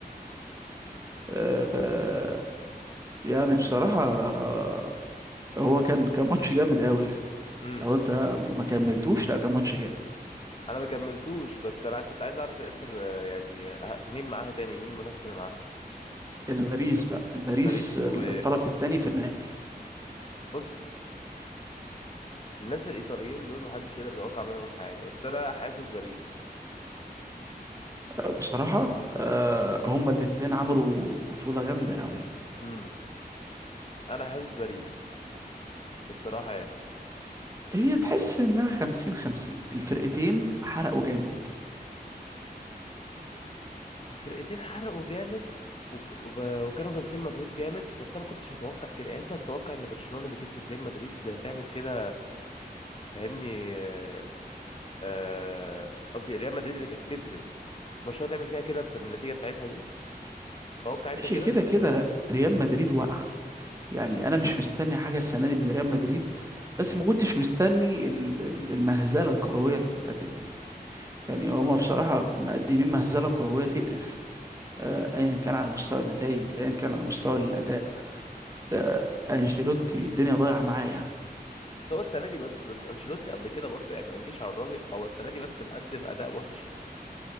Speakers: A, on the right; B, on the left.
A: آه، يعني بصراحة آه، هو كان كان ماتش جامد قوي يعني
B: امم
A: لو انت ما كملتوش لا كان ماتش جامد
B: أنا ما كملتوش بس أنا كنت عايز أعرف الإنتر آه، يعني آه، مين معاها تاني مين المنافس اللي معاها؟
A: الباريس بقى الباريس
B: باريس
A: الطرف
B: و
A: الثاني في النهائي
B: بص الناس الإيطاليين دول محدش يقدر يتوقع منهم حاجة بس أنا حاسس باريس
A: آه، بصراحة آه، هما الاتنين عملوا بطولة جامدة قوي
B: امم أنا حاسس باريس الصراحة يعني
A: هي تحس انها خمسين خمسين الفرقتين حرقوا جامد
B: الفرقتين حرقوا جامد وب... وب... وكانوا باذلين مجهود جامد بس انا ما كنتش متوقع كده يعني انت هتتوقع ان برشلونة اللي كسبت ريال مدريد تعمل كده فاهمني آه، آه، قصدي ريال مدريد اللي كانت كسبت برشلونة تعمل فيها كده في النتيجة بتاعتها دي تتوقع انت
A: ماشي
B: كده
A: كده كده ريال مدريد واقعة يعني انا مش مستني حاجة السنة دي من ريال مدريد بس ما كنتش مستني ال- ال- المهزلة الكروية اللي بتتقدم دي يعني هما بصراحة مقدمين مهزلة كروية تقرف آه، ايا كان على مستوى النتائج ايا كان على مستوى الاداء آه، انشيلوتي الدنيا ضايعة معاه يعني
B: بس هو السنة دي بس بس انشيلوتي قبل كده برضه يعني ما نجيش على الراجل هو السنة دي بس مقدم اداء وحش